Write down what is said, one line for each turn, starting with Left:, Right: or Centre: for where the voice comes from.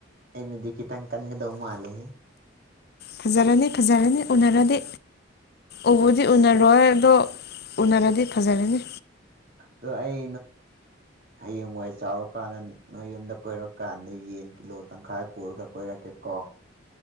Right: ꯑꯩꯅꯗꯤ ꯈꯤꯇꯪ ꯅꯪ ꯀꯟꯒꯗꯧ ꯃꯥꯟꯂꯍꯦ꯫
Left: ꯐꯖꯔꯅꯤ ꯐꯖꯔꯅꯤ ꯎꯅꯔꯗꯤ ꯎꯕꯨꯗꯤ ꯎꯅꯔꯣꯏ ꯑꯗꯣ ꯎꯅꯔꯗꯤ ꯐꯖꯔꯅꯤ
Right: ꯑꯗꯣ ꯑꯩ ꯍꯌꯦꯡꯋꯥꯏ ꯆꯥꯎꯔꯀꯥꯟꯗ ꯅꯣꯏ ꯌꯨꯝꯗ ꯀꯣꯏꯔꯛꯀꯥꯟꯗ ꯌꯦꯟ ꯀꯤꯂꯣ ꯇꯪꯈꯥꯏ ꯄꯨꯔꯒ ꯀꯣꯏꯔꯛꯀꯦ ꯀꯣ